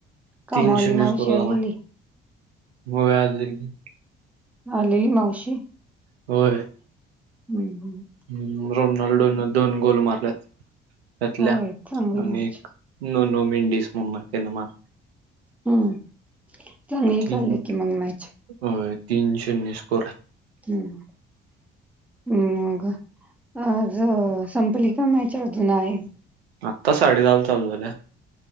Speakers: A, in the centre; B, on the right.
A: कामवाली
B: तीन शून्य
A: मावशी
B: स्कोर
A: अलेली?
B: झालाय होय, आलेली.
A: आली मावशी.
B: होय,
A: हम्, हम्,
B: हम, रोनाल्डो न दोन गोल मारल्यात, त्यातल्या,
A: होय चांगली
B: आणि
A: मॅच
B: एक नो, नो मिंडीसमम तन मारला.
A: हम्, चांगली
B: तीन
A: चाल्या की मग मॅच,
B: होय तीन शून्य स्कोर
A: हम्म, हम, मग आज संपली का मॅच, अजून आहे.
B: आत्ता, साडे दहाला चालू झालं.